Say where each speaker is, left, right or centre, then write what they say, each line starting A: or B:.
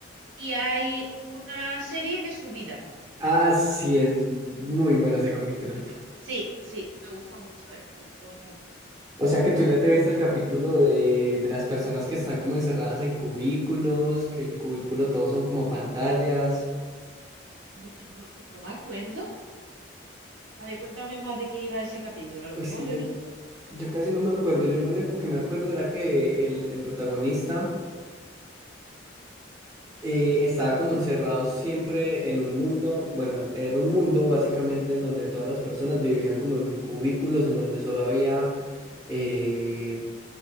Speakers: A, on the right (about 75°); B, on the right (about 20°).
A: y hay una serie de su vida.
B: Ah, sí, es muy bueno ese capítulo.
A: Sí, sí, me gustó mucho, ¿eh? Me gustó bastante.
B: O sea que tú ya te viste el capítulo de, de las personas que están como encerradas en cubículos, que el cubículo todos son como pantallas.
A: De- No, no me acuerdo. A ver, cuéntame más de qué iba ese capítulo. A lo
B: Uy,
A: mejor
B: es que
A: lo
B: yo,
A: he visto.
B: yo casi no me acuerdo. Yo lo único que me acuerdo era que el, el protagonista. eh, estaba como encerrado siempre en un mundo, bueno, era un mundo básicamente en donde todas las personas vivían como en cubículos, en donde solo había eh,